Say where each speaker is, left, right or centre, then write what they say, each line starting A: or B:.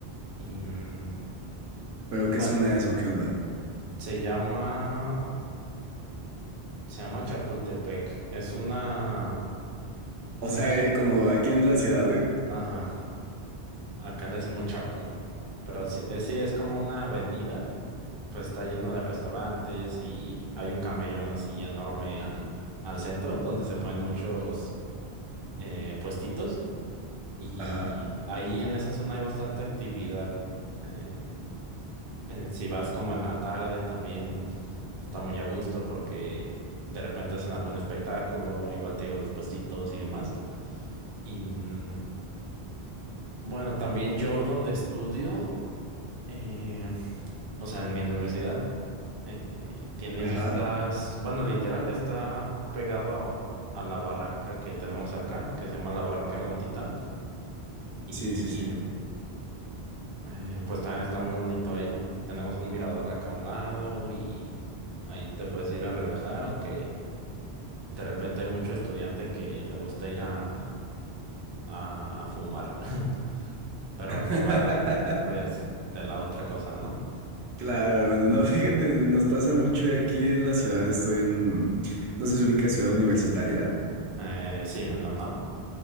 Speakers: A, on the right; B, on the right.
A: Y mm,
B: ¿Pero qué
A: bueno,
B: zona es o qué onda?
A: se llama, se llama Chapultepec. Es una,
B: O sea, eh, como aquí en la ciudad, güey.
A: ajá, acá le decimos Chapu, pero sí, eh, sí es como una avenida. Pues está lleno de restaurantes y hay un camellón así enorme al, al centro donde se ponen muchos eh, puestitos Y
B: Ajá.
A: ahí en esa zona hay bastante actividad. Eh, eh, si vas como en la tarde, también está muy a gusto porque de repente hacen algún espectáculo, igual te digo los puestitos y demás. Y mm, bueno, también yo donde estudio, eh, o sea, en mi universidad, eh, tiene
B: Ajá.
A: vistas, bueno, literal está pegado a la barranca que tenemos acá, que se llama la Barranca de Guantitán. y
B: Sí, sí, sí.
A: Eh, pues también está muy bonito. Ahí tenemos un mirador acá a un lado y ahí te puedes ir a relajar, aunque de repente hay mucho estudiante que le gusta ir a, a fumar, <laughs> pero
B: <laughs>
A: fumar pues de la otra cosa, ¿no?
B: Claro, hermano.
A: <laughs>
B: No, fíjate, nos pasa mucho aquí en la ciudad. Estoy en, no sé si ubica Ciudad Universitaria.
A: Eh, sí, en la UNAM.